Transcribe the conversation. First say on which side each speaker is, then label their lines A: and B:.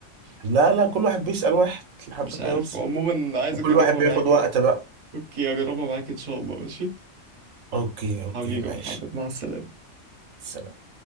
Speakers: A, on the right; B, on the right.
A: لا لا كل واحد بيسأل واحد لحد
B: مش عارف
A: ما يوصل
B: عموما عايز
A: وكل
B: اجربها
A: واحد بياخد
B: معاك
A: وقت بقى
B: اوكي اجربها معاك ان شاء الله ماشي
A: أوكي أوكي
B: حبيبي
A: ماشي
B: يا محمد مع السلامه
A: سلام